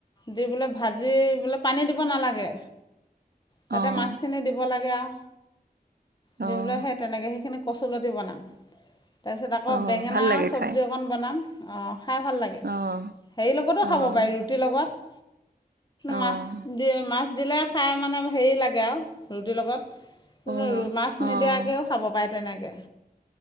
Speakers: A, on the left; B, on the right.
A: দি পেলে ভাজি বোলে পানী দিব নালাগে তাতে
B: অঁ
A: মাছখিনি দিব লাগে আও দি
B: অঁ
A: পেলাই সে তেনেকে সেইখিনি কচুলতি বনাম তাৰপিছত আকৌ
B: অঁ
A: বেঙেনা
B: ভাল লাগে
A: চব্জি
B: খাই
A: অকণ বনাম অ খাই ভাল লাগে হেৰি
B: অঁ
A: লগতো
B: অঁ
A: খাব পাৰি ৰুটিৰ লগত
B: অঁ
A: মাছ দি মাছ দিলে খাই মানে হেৰি লাগে আৰু ৰুটিৰ লগত
B: অঁ
A: মাছ নিদিয়াকেও
B: অঁ
A: খাব পাৰে তেনেকে